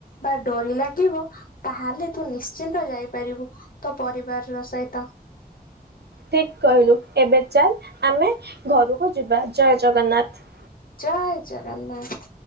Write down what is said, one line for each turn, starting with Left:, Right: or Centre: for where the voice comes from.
Left: ବା ଡୋରି ଲାଗିବ ତାହେଲେ ତୁ ନିଶ୍ଚିନ୍ତ ଯାଇପାରିବୁ ତୋ ପରିବାରର ସହିତ।
Right: ଠିକ କହିଲୁ ଏବେ ଚାଲ ଆମେ ଘରକୁ ଯିବା ଜୟ ଜଗନ୍ନାଥ।
Left: ଜୟ ଜଗନ୍ନାଥ।